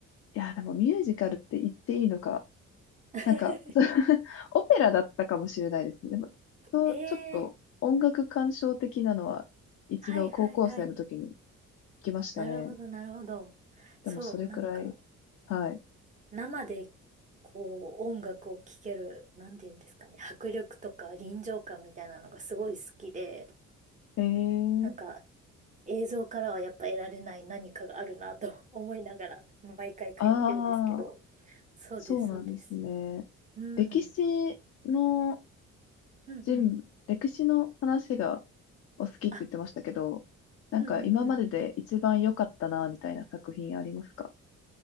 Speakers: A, on the left (about 55°); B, on the right (about 25°).
A: や、でもミュージカルって言っていいのか。
B: <laughs>
A: なんか、そう <laughs> オペラだったかもしれないですね。でも、そうちょっと音楽鑑賞的なのは一度高校生の時に行
B: へえ、はいはいはい。
A: きましたね。
B: なるほどなるほど。
A: でもそれくらい、
B: そう、なんか、
A: はい。
B: 生で、こう、音楽を聴ける、なんて言うんですかね、迫力とか臨場感みたいなのがすごい好きで、
A: えー、
B: なんか、映像からはやっぱ得られない何かがあるなと <laughs> 思いながら毎回通ってるんですけど。
A: あー。
B: そうです、
A: そうなんですね。
B: そうです。うん。
A: 歴史の
B: うんうん。
A: 人、歴史の話がお好きって言ってましたけど、
B: あ、
A: なんか今までで一番良かったな、
B: うんうんうん。
A: みたいな作品ありますか